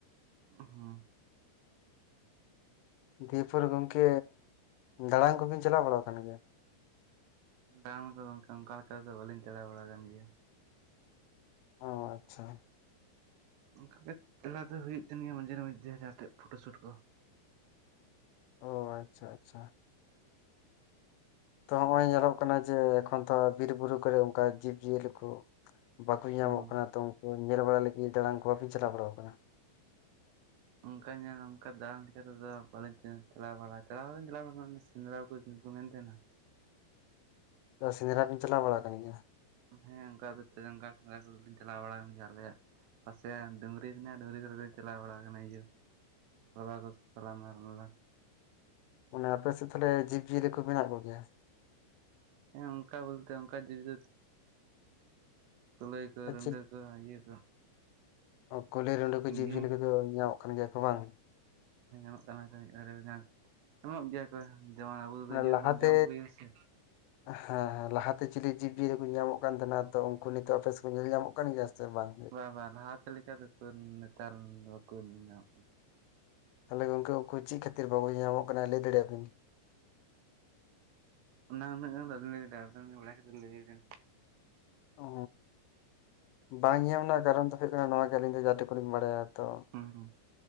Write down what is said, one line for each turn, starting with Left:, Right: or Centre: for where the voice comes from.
Right: ᱦᱮᱸ
Left: ᱫᱤᱭᱮᱯᱩᱨ ᱜᱚᱝᱠᱮ ᱫᱟᱟᱲᱟᱱ ᱠᱚᱵᱤᱱ ᱪᱟᱞᱟᱣ ᱵᱟᱲᱟ ᱟᱠ ᱜᱮᱭᱟ?
Right: <inaudible> ᱠᱚ ᱚᱱᱠᱟ ᱞᱮᱠᱟ ᱫᱚ ᱵᱟᱟᱹᱞᱤᱧ ᱪᱟᱞᱟᱣ ᱵᱟᱲᱟ ᱟᱠᱟᱱ ᱜᱮᱭᱟ᱾
Left: ᱚ ᱟᱪᱪᱷᱟ᱾
Right: ᱚᱱᱠᱟ ᱜᱮ ᱛᱮᱞᱟ ᱫᱚ ᱦᱩᱭᱩᱜ ᱛᱱ ᱜᱮᱭᱟ ᱢᱟᱡᱷᱮ ᱢᱟᱡᱷᱮ ᱡᱟᱦᱟᱸ ᱴᱷᱮᱡ ᱯᱷᱳᱴᱳ ᱥᱩᱴ ᱠᱚ
Left: ᱚ ᱟᱪᱪᱷᱟ ᱟᱪᱪᱷᱟ᱾ ᱛᱚ ᱱᱚᱜᱼᱚᱭ ᱧᱮᱞᱚᱜ ᱠᱟᱱᱟ ᱡᱮ ᱮᱠᱷᱚᱱ ᱛᱚ ᱵᱤᱨ ᱵᱩᱨᱩ ᱠᱚᱨᱮ ᱚᱱᱠᱟ ᱡᱤᱵᱽᱡᱤᱭᱟᱹᱞᱤ ᱠᱚᱼᱼ ᱵᱟᱠᱚ ᱧᱟᱢᱚᱜ
Right: ᱦᱩᱸ᱾
Left: ᱠᱟᱱᱟ ᱛᱚ ᱩᱱᱠᱩ ᱧᱮᱞ ᱵᱟᱲᱟ ᱞᱟᱹᱜᱤᱫ ᱫᱟᱲᱟᱱ ᱠᱚ ᱵᱟᱠᱤᱱ ᱪᱟᱞᱟᱣ ᱵᱟᱲᱟ ᱟᱠᱟᱱᱟ?
Right: ᱚᱱᱠᱟ ᱧᱮᱞ ᱚᱱᱠᱟ ᱫᱟᱲᱟᱱ ᱞᱮᱠᱟ ᱛᱮᱫᱚ ᱵᱟᱟᱹᱞᱤᱧ ᱪᱟᱞᱟᱣ ᱵᱟᱲᱟᱜᱼᱟ ᱪᱟᱞᱟᱣ ᱵᱟᱲᱟᱧ ᱪᱟᱞᱟᱣᱲᱱᱟ ᱥᱮᱸᱫᱽᱨᱟ ᱠᱚ ᱠᱚ ᱢᱮᱱ ᱛᱟᱦᱮᱱᱟ᱾
Left: ᱥᱮᱸᱫᱨᱟ ᱵᱤᱱ ᱪᱞᱟᱣ ᱵᱟᱲᱟ ᱠᱟᱱ ᱜᱮᱭᱟ?
Right: ᱦᱮᱸ ᱚᱱᱠᱟ ᱫᱚ ᱡᱟᱸᱜᱟ ᱥᱮᱸᱫᱽᱨᱟ ᱠᱚᱫᱚᱞᱧ ᱪᱟᱞᱟᱣ ᱵᱟᱲᱟ ᱠᱟᱱ ᱜᱮᱭᱟ ᱟᱞᱮᱭᱟᱜ, ᱯᱟᱥᱮ ᱰᱟᱝᱝᱨᱤ ᱢᱮᱱᱟᱜᱼᱟ ᱰᱟᱹᱝᱨᱤ ᱠᱚᱨᱮ ᱫᱚᱧ ᱪᱟᱞᱟᱣ ᱵᱟᱲᱟ ᱟᱠᱟᱱᱟ ᱤᱭᱟᱹᱼᱼ ᱵᱟᱵᱟ ᱫᱚ <inaudible>
Left: ᱢᱟᱱᱮ ᱟᱯᱮᱮᱥᱮᱫ ᱛᱟᱦᱚᱞᱮ ᱡᱤᱵᱽᱡᱤᱭᱟᱹᱞᱤ ᱠᱚ ᱢᱮᱱᱟᱜ ᱠᱚᱜᱮᱭᱟ?
Right: ᱦᱮᱸ ᱚᱱᱠᱟ ᱵᱚᱞᱛᱮ ᱚᱱᱠᱟ <inaudible> ᱡᱤ ᱫᱚ ᱠ ᱞᱟᱹᱭ ᱠᱚ
Left: ᱟᱨ
Right: ᱨᱩᱱᱰᱟ. ᱠᱚ ᱤᱭᱟᱹ ᱠᱚ
Left: ᱠᱩᱞᱦᱮᱩᱸᱰᱮᱠᱩ
Right: ᱤᱭᱟᱹ
Left: ᱡᱤᱵᱽᱡᱤᱭᱟᱹᱞᱤ ᱠᱚᱫᱚ ᱧᱟᱢᱚᱜ ᱠᱟᱱ ᱜᱮᱭᱟ ᱠᱚ ᱵᱟᱝ?
Right: ᱧᱟᱢᱚᱜ ᱠᱟᱱᱟ ᱢᱤᱫ ᱵᱟᱨᱭᱟ᱾ ᱮᱢᱚᱜ ᱜᱮᱭᱟ ᱠᱚ ᱡᱮᱢᱚᱱ ᱟᱵᱚ
Left: ᱢᱟᱱᱮ
Right: ᱤᱭᱟᱹ
Left: ᱞᱟᱦᱟᱛᱮ
Right: ᱫᱚᱵᱚᱱ ᱡᱚᱢ ᱠᱚᱜᱭᱟ ᱥᱮᱼᱼ
Left: ᱦᱮᱸ ᱦᱮᱸ ᱞᱟᱦᱟᱛᱮ ᱪᱤᱞᱤ ᱡᱤᱵᱡᱤᱭᱟᱹᱞᱤ ᱠᱚ ᱧᱟᱢᱚᱜ ᱠᱟᱱ ᱛᱟᱦᱮᱱᱟ ᱛᱚ ᱩᱱᱠᱩ ᱱᱤᱛᱚᱜ ᱚᱯᱮᱥ ᱠᱚ ᱧᱮᱞ ᱧᱟᱢᱚᱜ ᱠᱟᱱ ᱜᱮᱭᱟ ᱡᱥᱛᱮ ᱵᱟᱝᱼᱼ
Right: ᱵᱟᱨ ᱞᱟᱦᱟ ᱛᱮ ᱞᱮᱠᱟ ᱫᱚᱠᱚ ᱱᱮᱛᱟᱨ ᱵᱟᱠᱚ ᱧᱮᱞ ᱧᱟᱢᱚᱜ ᱠᱟᱱᱟ᱾
Left: ᱛᱟᱦᱚᱞᱮ ᱜ ᱩᱱᱠᱠᱩ ᱪᱮᱫ ᱠᱷᱟᱹᱛᱤᱨ ᱵᱟᱵᱚ ᱧᱟᱢᱚᱜ ᱠᱟᱱᱟ ᱞᱟᱹᱭ ᱫᱟᱲᱮᱭᱟᱵᱤᱱ?
Right: ᱳᱱᱟ ᱚᱱᱟᱹ ᱜᱟᱱ ᱠᱟᱛᱮ ᱞᱟᱹᱭ ᱵᱮᱱ᱾
Left: ᱦ ᱵᱟᱝ ᱧᱟᱢ ᱨᱮᱱᱟᱜ ᱠᱟᱨᱚᱱ ᱫᱚ ᱦᱩᱭᱩᱜ ᱠᱟᱱᱟ ᱱᱚ ᱜᱮ ᱟᱹᱞᱤᱧ ᱫᱚ ᱡᱟ ᱴᱩ ᱠᱩ ᱞᱤᱧ ᱵᱟᱲᱟᱭᱟ ᱛᱚᱼᱼ
Right: ᱦᱩᱸ ᱦᱩᱸ